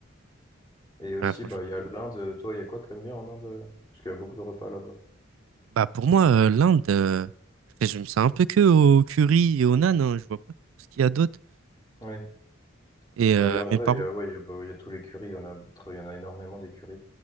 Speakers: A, on the left (about 20°); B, on the right (about 75°).
A: Et aussi,
B: Ouais, franchement.
A: bah, il y a l'Inde. Toi, il y a quoi que t'aimes bien en Inde? Parce qu'il y a beaucoup de repas là-bas.
B: Bah, pour moi, euh, l'Inde, euh, je résume ça un peu que au curry et au naan, hein. Je vois pas trop ce qu'il y a d'autre.
A: Oui.
B: Et
A: Bah,
B: euh,
A: il y a, en vrai,
B: mes parents,
A: il y a, ouais, il y a, bah, il y a tous les currys. Il y en a, il y en a énormément des currys.